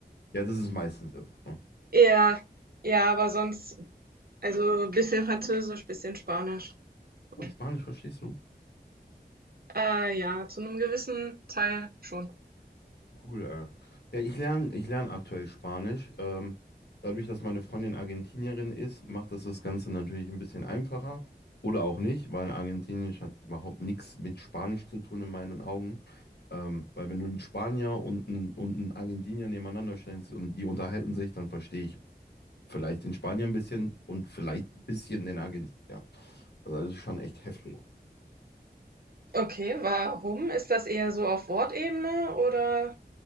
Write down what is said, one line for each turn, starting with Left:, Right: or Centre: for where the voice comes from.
Left: Ja, das ist meistens ja so, ne?
Right: Ja, ja, aber sonst Also ein bisschen Französisch, bisschen Spanisch. So.
Left: Oh, Spanisch verstehst du?
Right: Äh, ja, zu einem gewissen Teil schon.
Left: Cool, äh. Ja, ich lerne, ich lerne aktuell Spanisch. Ähm, dadurch, dass meine Freundin Argentinierin ist, macht das das Ganze natürlich ein bisschen einfacher. Oder auch nicht, weil Argentinisch hat überhaupt nichts mit Spanisch zu tun in meinen Augen. Ähm, weil wenn du einen Spanier und einen, und einen Argentinier nebeneinander stellst und die unterhalten sich, dann verstehe ich vielleicht den Spanier ein bisschen und vielleicht ein bisschen den Argentinier. Also das ist schon echt heftig.
Right: Okay, warum? Ist das eher so auf Wortebene oder